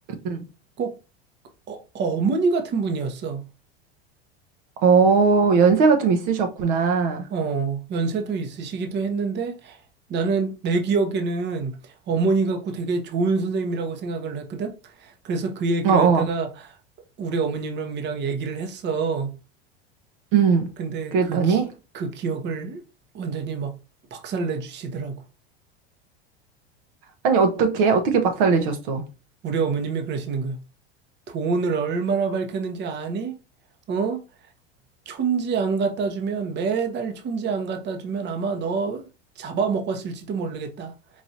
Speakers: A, on the right; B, on the right.
A: 음.
B: 꼭 어, 어머니 같은 분이었어.
A: 어, 연세가 좀 있으셨구나.
B: 어, 연세도 있으시기도 했는데 나는 내 기억에는 어머니 같고 되게 좋은 선생님이라고 생각을 했거든. 그래서 그 얘기를
A: 어, 어,
B: 갖다가 우리 어머님이랑 얘기를 했어.
A: 음.
B: 근데
A: 그랬더니,
B: 그, 기, 그 기억을 완전히 막 박살내 주시더라고.
A: 아니, 어떻게, 어떻게 박살 내셨어?
B: 우리 어머님이 그러시는 거야. 돈을 얼마나 밝혔는지 아니? 어? 촌지 안 갖다 주면 매달 촌지 안 갖다 주면 아마 너 잡아먹었을지도 모르겠다.